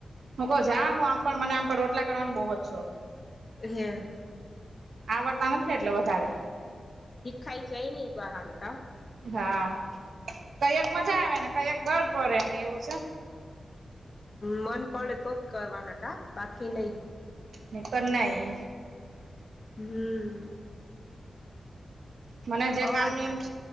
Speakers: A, on the right (about 80°); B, on the left (about 30°).
A: હું કહ જા હા હું આમ પણ મને આમ પણ રોટલા કરવાનો બહુ જ શોખ.
B: હે
A: આવડતા નથી ને એટલે વધારે.
B: હીખાઈ જઈ ની બહાર તો
A: હા કયેક મજા આવેને કયેક બળ પડેને એવું છે.
B: મન પડે તો જ કરવાના કાં બાકી નહી.
A: નેઇતર નહી.
B: હમ્મ.
A: મને જે
B: અવાજ
A: કામને
B: આવે
A: એમ